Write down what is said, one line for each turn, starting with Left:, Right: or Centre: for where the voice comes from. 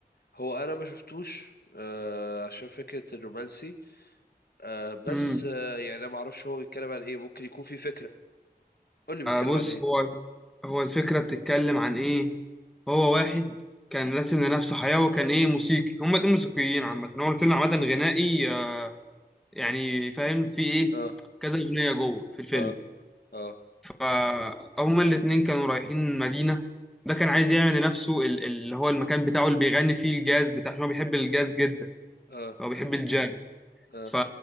Left: هو أنا ما شفتوش آه عشان فكرة الرومانسي آه بس
Centre: امم
Left: آه يعني أنا ما أعرفش هو بيتكلم عن إيه ممكن يكون في فكرة قول لي بيتكلم
Centre: بص
Left: عن إيه
Centre: هو هو الفكره بتتكلم عن ايه هو واحد كان راسم لنفسه حياه وكان ايه موسيقي هما الاتنين موسيقيين عامه هو الفيلم عامه غنائي يعني فاهم في ايه
Left: اه
Centre: كذا اغنيه جوه في الفيلم
Left: اه اه
Centre: فهما الاتنين كانوا رايحين مدينه ده كان عايز يعمل لنفسه ال- اللي هو المكان بتاعه اللي بيغني فيه الجاز بتاع عشان هو بيحب الجاز جدا
Left: اه
Centre: هو بيحب الجاز
Left: اه
Centre: ف-